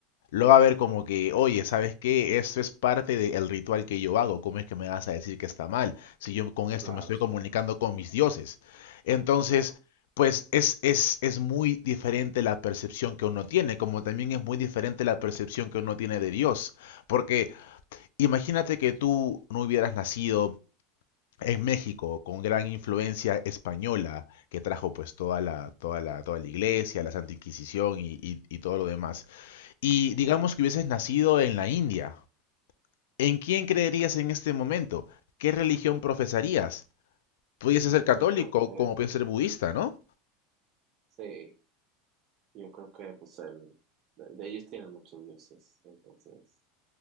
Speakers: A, on the left; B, on the right.
A: lo va a ver como que, oye, ¿sabes qué? Esto es parte del ritual que yo hago. ¿Cómo es que me vas a decir que está mal? Si yo con esto
B: claro,
A: me estoy comunicando con mis dioses. Entonces,
B: claro.
A: pues es, es, es muy diferente la percepción que uno tiene, como también es muy diferente la percepción que uno tiene de Dios. Porque imagínate que tú no hubieras nacido en México con gran influencia española que trajo pues toda la, toda la, toda la iglesia, la Santa Inquisición y, y y todo lo demás. Y
B: Ujú.
A: digamos que hubieses nacido en la India. ¿En quién creerías en este momento? ¿Qué religión profesarías? Pudiese ser católico
B: Yo creo que,
A: como puede ser budista, ¿no?
B: sí, yo creo que pues el, de, de ellos tienen muchos dioses, entonces